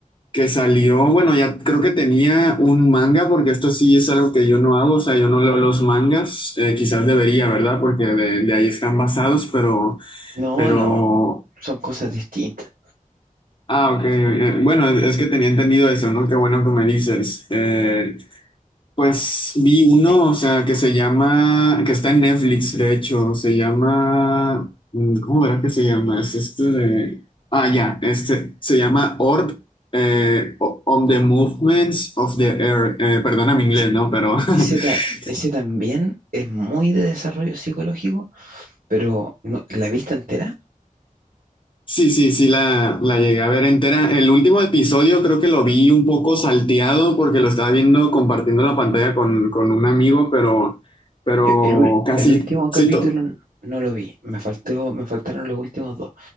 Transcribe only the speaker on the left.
que salió, bueno, ya creo que tenía un manga, porque esto sí es algo que yo no hago, o sea, yo no leo los mangas, eh, quizás debería, ¿verdad? Porque de, de ahí están basados, pero,
pero,
ah, ok, eh, bueno, es, es que tenía entendido eso, ¿no? Qué bueno que me dices. Eh, pues vi uno,
o sea, que se llama, que está en Netflix, de hecho, se llama, mm, ¿cómo verás que se llama? Es este de, ah, ya, este, se llama Orb, eh, o- On the Movements of the Earth, eh, perdona mi inglés,
¿no? Pero <laughs>
sí, sí, sí, la, la llegué a ver entera. El último episodio creo que lo vi un poco salteado porque lo estaba viendo compartiendo la pantalla con, con un amigo, pero, pero
casi...
Sí,
to-